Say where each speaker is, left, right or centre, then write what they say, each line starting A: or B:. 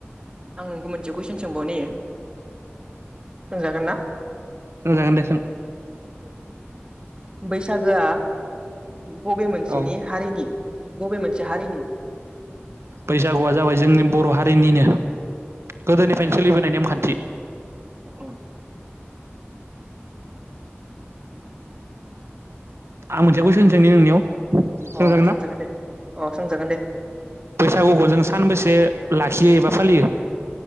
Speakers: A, on the right (about 20°); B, on the right (about 80°).
A: आं नोंखो मोनसे कुइसन सोंबावनि सोंजागोन ना?
B: <unintelligible> जागोन दे सों।
A: बैसागोआ बबे मोनसेनि
B: औ
A: हारिनि बबे मोनसे हारिनि?
B: बैसागुआ जाबाय जोंनि बर' हारिनिनो गोदोनिफ्रायनो
A: अ
B: सोलिबोनाय नेमखान्थि।
A: अ।
B: आं मोनसे कुइसनसैनि नोंनियाव। सोंजागोना
A: अ सोंजागोन दे अ सोंजागोन दे
B: बैसागुखौ जों सानबेसे ला खियो एबा फालियो।